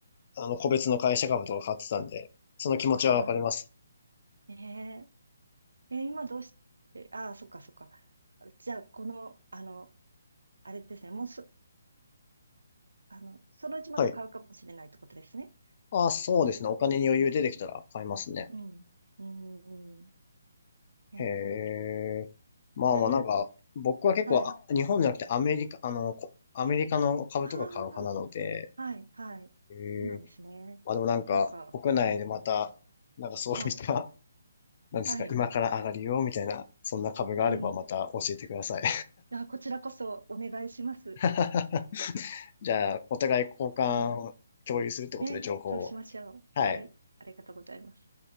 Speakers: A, on the left; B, on the right.
A: あの個別の会社株とか買ってたんで、その気持ちはわかります。
B: ああ、ねえ。え、今どうして、ああ、そっかそっか。じゃあ、この、あの、あれですね、もうそ、あの、そのうちまた買うかもしれないってことですね。
A: はい。ああ、そうですね。
B: ですかうん。
A: お金に余裕出てきたら買いますね。
B: うん。うん。うんね
A: へえ。まあまあなんか、
B: え。<laughs> ふふふ
A: 僕は結構あ、
B: はい。
A: 日本じゃなくてアメリカ、あの、こアメリカの株とか買う派なので、
B: ああ、はい、はい。
A: ええ、
B: そうなんですね。
A: まあでもなんか、
B: なんか、
A: 国内でまた、
B: うん。
A: なんかそういった、
B: はい、
A: <laughs> なんですか、
B: はい。
A: 今から上がるよ、みたいな、そんな株があればまた教えてください。
B: うん。あ、こちらこそお願いします。
A: <laughs> じゃあ、お互い交換、
B: はい。
A: 共有するってことで情報を。
B: ね、そうしましょう。
A: はい。
B: はい、ありがとうございます。